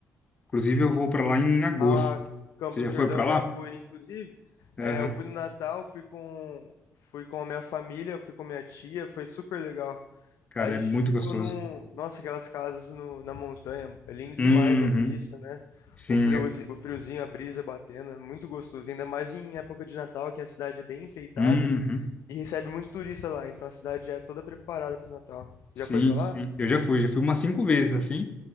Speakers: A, on the left (about 25°); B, on the left (about 70°).
A: Inclusive eu vou para lá em agosto.
B: Ah, Campos
A: Você já
B: do Jordão
A: foi para
B: eu
A: lá?
B: já fui. Inclusive, é,
A: Aham.
B: eu fui no Natal, fui com, fui com a minha família, fui com minha tia, foi super legal.
A: Cara,
B: A gente
A: é muito
B: ficou
A: gostoso.
B: num. Nossa, aquelas casas no- na montanha. É lindo demais
A: Uhum.
B: a vista, né?
A: Sim.
B: O friozi- o friozinho, a brisa batendo, é muito gostoso. Ainda mais em época de Natal, que a cidade é bem enfeitada
A: Uhum.
B: e recebe muito turista lá. Então a cidade já é toda preparada pro Natal.
A: Sim,
B: Já foi pra lá?
A: sim. Eu já fui, já fui umas cinco vezes assim.